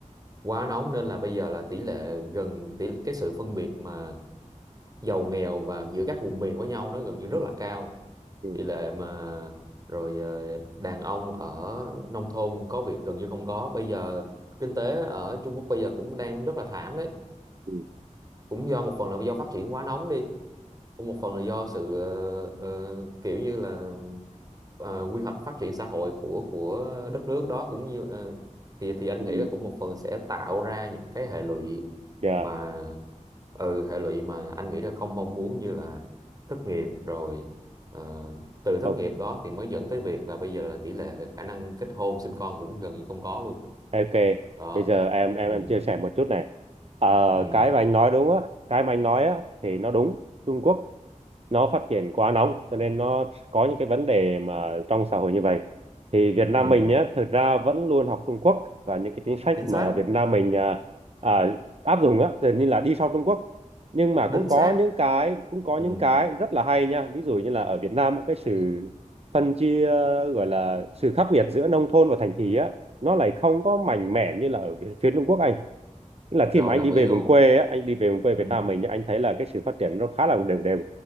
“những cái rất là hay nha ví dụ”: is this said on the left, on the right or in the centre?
Right